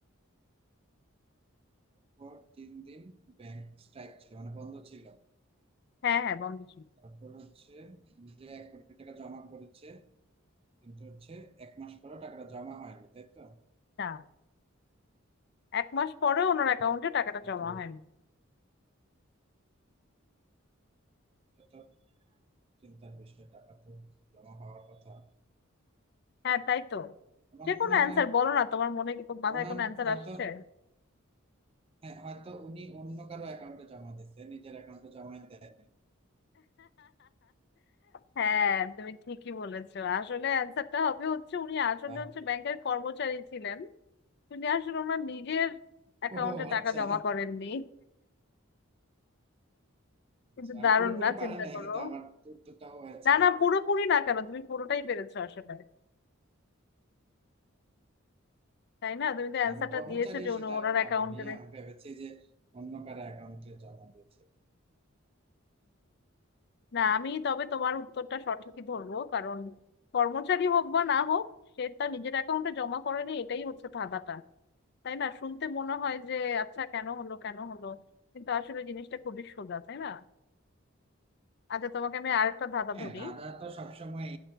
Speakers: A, on the right (about 25°); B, on the left (about 50°).
A: পর তিন দিন ব্যাংক স্ট্রাইক ছিল মানে বন্ধ ছিল
B: হ্যাঁ হ্যাঁ বন্ধ ছিল
A: তারপর হচ্ছে যে এক কোটি টাকা জমা করেছে কিন্তু হচ্ছে এক মাস পরেও টাকাটা জমা হয়নি তাই তো
B: না এক মাস পরে ওনার অ্যাকাউন্টে টাকাটা
A: এত
B: জমা হয়নি
A: এত চিন্তার বিষয় টাকা তো জমা হওয়ার কথা
B: হ্যাঁ তাই তো
A: আমার
B: যে
A: মনে
B: কোনো অ্যান্সার
A: হয়
B: বলো না তোমার মনে কি মাথায়
A: ওনার
B: কোনো অ্যান্সার
A: হয়তো
B: আসছে
A: হ্যাঁ হয়তো উনি অন্য কারো অ্যাকাউন্টে জমা দিচ্ছে নিজের অ্যাকাউন্টে জমা দেয় নাই
B: হ্যাঁ তুমি ঠিকই বলেছো আসলে অ্যান্সারটা হবে হচ্ছে উনি আসলে
A: বাহ
B: হচ্ছে ব্যাংকের কর্মচারী ছিলেন উনি আসলে ওনার নিজের অ্যাকাউন্টে
A: ও আচ্ছা
B: টাকা জমা করেননি
A: আচ্ছা
B: কিন্তু
A: আমি
B: দারুণ
A: পুরোপুরি
B: না চিন্তা
A: পারি নাই
B: করো
A: কিন্তু আমার উত্তরটাও হয়েছে
B: না না পুরোপুরি না কেন তুমি পুরোটাই পেরেছো আসলে তাই না তুমি তো
A: না
B: অ্যান্সারটা
A: আমি কর্মচারী
B: দিয়েছো যে
A: সেটা
B: উনি ওনার
A: আর কি
B: অ্যাকাউন্টে
A: ভাবিনি আমি ভেবেছি যে অন্য কারো অ্যাকাউন্টে জমা দিয়েছে
B: না আমি তবে তোমার উত্তরটা সঠিকই ধরবো কারণ কর্মচারী হোক বা না হোক সে তার নিজের অ্যাকাউন্টে জমা করেনি এটাই হচ্ছে ধাঁধাটা তাই না শুনতে মনে হয় যে আচ্ছা কেন হলো কেন হলো কিন্তু আসলে জিনিসটা খুবই সোজা তাই না আচ্ছা তোমাকে আমি আরেকটা ধাঁধা
A: হ্যাঁ
B: ধরি
A: দাদা তো সবসময়